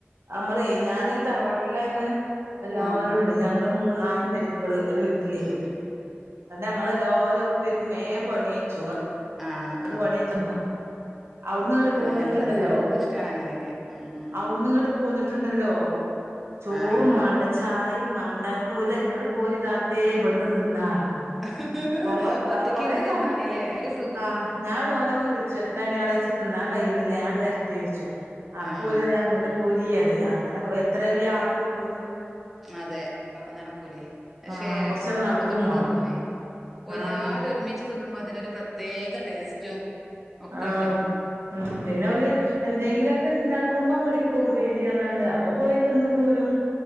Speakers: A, on the right; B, in the centre.
A: നമ്മളേ ഞാന് തറവാട്ടിലായന്ന് എല്ലാരുണ്ട്
B: ആഹ്
A: ഞങ്ങള് മൂന്നാല് മരി- കള് ഒരു വീട്ടിലേന്
B: ഉം
A: ഇന്നിട്ട്
B: ഉം
A: ഞങ്ങള്ല്ലാരും ഒപ്പം ഇരുന്ന് മേം പണി കഴിച്ചും.
B: ആഹ് ആഹ്
A: ഇങ്ങക്ക്
B: ആഹ്
A: പണി ച്ചന്നാ. അവ്ട്ന്നിങ്ങട്ട്
B: അത്
A: പോന്നിട്ടുണ്ടല്ലോ?
B: നല്ല രസാണ് എനിക്കിഷ്ടാണ് അങ്ങനെയൊക്കെ ഉം ഉം
A: അവ്ട്ന്ന് ഇങ്ങ്ട്ട് പോന്നിട്ട് ണ്ടല്ലോ ചോറും
B: ആഹ്
A: മാണ്ട- ചായേം മാണ്ട ന്ന്ട്ട്ഓല്റിം ങ്ങട്ട് പോര് താത്തേ ഇവ്ട്ന്ന് തിന്നാറിം.
B: ഹ് ഹ് ഹ്
A: കൊറേ
B: ഒറ്റക്ക്
A: കൊറേ
B: ഇര്ന്ന് തിന്നാനിലേ
A: ക
B: ഒരു സ്-
A: ആഹ് ഞാവ്ടെ ഓലങ് വിളിച്ചു എത്താണിയാളെച്ച് തിന്നാൻ കയ്യ്യിണില്ല ഞാങ്ങ്ട് വര്ട്ടേയ്ച്ചു. ആപ്പോലറിയാ
B: ആഹ്
A: ങ്ങ്ട്ട് പോരീയറി ംഅങ്ങന എത്ര വല്ല്യാണ്ട് കൊണ്ടോണ്.
B: അതേ നടക്കൂലേയ് പക്ഷെ
A: ആഹ് കൊറച്ചണ്ട്
B: മ്മ്ക്ക് കൂട്ടത്ത്മ്മെ
A: നടക്കും മാണം
B: തിന്നണേ എല്ലാരും
A: ആഹ്
B: ഒരുമിച് ച്ച് തിന്നുമ്പോ അതിനൊരു പ്രത്യേക ടേസ്റ്റും. ഒക്കെ
A: ആഹ്
B: ഉണ്ടാവും
A: ന്ന് ഉും പിന്നോല് എന്തേങ്കിലൊക്കെ ണ്ടാക്കുമ്പോ വിളിക്കും വെരീ പർഞ്ഞാണ്ട്. അപ്പൊ പോയി തിന്ന് പോരും